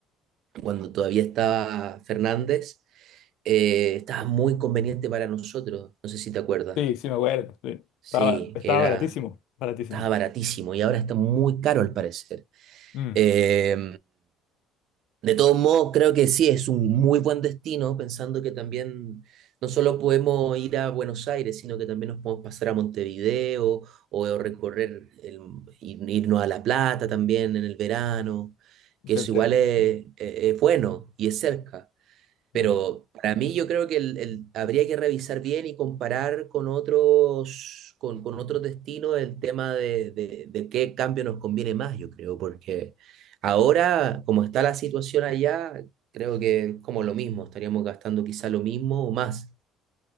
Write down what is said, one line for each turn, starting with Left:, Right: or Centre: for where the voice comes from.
Right: cuando todavía estaba Fernández, eh, estaba muy conveniente para nosotros, no sé si te acuerdas.
Left: Sí, sí, me acuerdo. sí.
Right: Sí,
Left: Estaba, estaba
Right: que era,
Left: baratísimo, baratísimo.
Right: estaba baratísimo y ahora está muy caro al parecer.
Left: Mm,
Right: Eh, de todos modos, creo que sí, es un muy buen destino, pensando que también no solo podemos ir a Buenos Aires, sino que también nos podemos pasar a Montevideo o, o recorrer, el- ir- irnos a La Plata también en el verano, que
Left: te
Right: eso
Left: entiendo.
Right: igual es, es- es bueno y es cerca. Pero
Left: Mm.
Right: para mí yo creo que el- el- habría que revisar bien y comparar con otros, con, con otros destinos el tema de, de- de qué cambio nos conviene más, yo creo, porque ahora, como está la situación allá, creo que es como lo mismo, estaríamos gastando quizá lo mismo o más.